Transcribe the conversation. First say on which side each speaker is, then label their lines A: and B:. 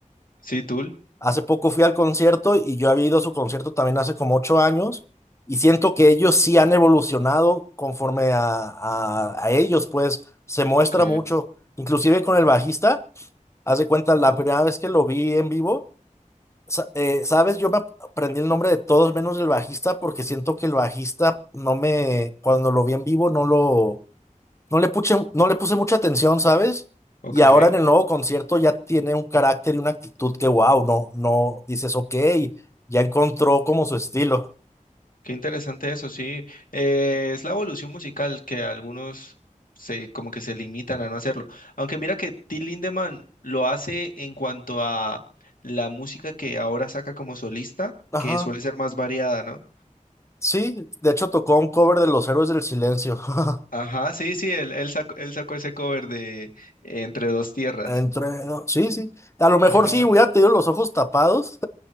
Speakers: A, on the left; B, on the left.
A: Sí, Tool.
B: Hace poco fui al concierto y yo había ido a su concierto también hace como ocho años y siento que ellos sí han evolucionado conforme a, a- a ellos, pues se muestra
A: Ok,
B: mucho, inclusive con el bajista, haz de cuenta la primera vez que lo vi en vivo, sa- eh, sabes, yo me ap- aprendí el nombre de todos menos del bajista porque siento que el bajista no me, cuando lo vi en vivo no lo, no le puse, no le puse mucha atención, ¿sabes?
A: ok.
B: Y ahora en el nuevo concierto ya tiene un carácter y una actitud que, wow, no, no, dices, ok, ya encontró como su estilo.
A: Qué interesante eso, sí. Eh, es la evolución musical que algunos se como que se limitan a no hacerlo. Aunque mira que Till Lindemann lo hace en cuanto a la música que ahora saca como solista,
B: Ajá,
A: que suele ser más variada, ¿no?
B: sí, de hecho tocó un cover de Los Héroes del Silencio. <laughs>
A: Ajá, sí, sí, él, él sacó, él sacó ese cover de Entre dos tierras.
B: Entre, no, sí, sí. A lo mejor
A: Ajá.
B: sí hubiera tenido los ojos tapados,